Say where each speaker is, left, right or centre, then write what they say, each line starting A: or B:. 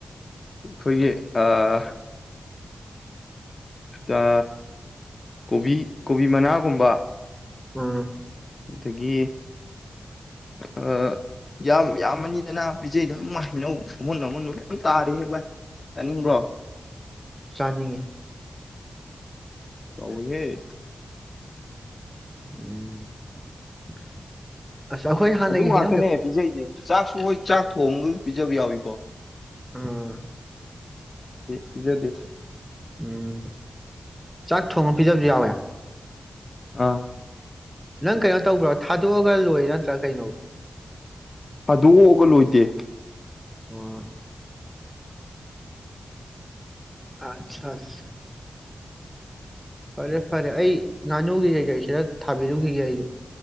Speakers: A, on the left; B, in the centre.
A: ꯑꯩꯈꯣꯏꯒꯤ ꯑꯑ ꯀ ꯀꯣꯕꯤ ꯀꯣꯕꯤ ꯃꯅꯥꯒꯨꯝꯕ
B: ꯎꯝ
A: ꯑꯗꯒꯤ ꯑ ꯌꯥꯝ ꯌꯥꯝꯃꯅꯤꯗꯅ ꯄꯤꯖꯩꯗꯅ ꯏꯃꯥ ꯍꯩꯅꯧ ꯑꯃꯨꯟ ꯑꯃꯨꯟꯕ ꯃꯌꯥꯝ ꯇꯥꯔꯦꯍꯦ ꯚꯥꯏ ꯆꯥꯅꯤꯡꯕ꯭ꯔꯣ
B: ꯆꯥꯅꯤꯡꯉꯦ
A: ꯇꯧꯢꯍꯦ
B: ꯎꯝ ꯍ ꯑꯁ ꯑꯩꯈꯣꯏꯒꯤ ꯍꯥꯟꯅꯒꯤ
A: ꯑꯗꯨ ꯉꯥꯛꯇꯅꯦ
B: ꯍꯩꯅꯧ ꯍꯦꯛ
A: ꯄꯤꯖꯩꯁꯦ ꯆꯥꯛꯁꯨ ꯍꯣꯏ ꯆꯥꯛ ꯊꯣꯡꯉꯒꯁꯨ ꯄꯤꯖꯕ ꯌꯥꯎꯏꯀꯣ
B: ꯎꯝ
A: ꯄꯤꯖꯗꯦꯗ
B: ꯎꯝ ꯆꯥꯛ ꯊꯣꯡꯉ ꯄꯤꯖꯕꯁꯨ ꯌꯥꯎꯋꯦ
A: ꯑꯥ
B: ꯅꯪ ꯀꯩꯅꯣ ꯇꯧꯕ꯭ꯔꯣ ꯊꯥꯗꯣꯛꯑꯒ ꯂꯣꯏꯔ ꯅꯠꯇ꯭ꯔꯥ ꯀꯩꯅꯣꯕ
A: ꯊꯥꯗꯣꯛꯑꯒ ꯂꯣꯏꯗꯦ
B: ꯑꯣ ꯑꯠꯁꯥ ꯁꯥ ꯐꯔꯦ ꯐꯔꯦ ꯑꯩ ꯉꯥꯅꯨꯒꯤ ꯀꯩ ꯀꯩ ꯁꯤꯗ ꯊꯥꯕꯤꯔꯨꯈꯤꯒꯦ ꯑꯩꯁꯨ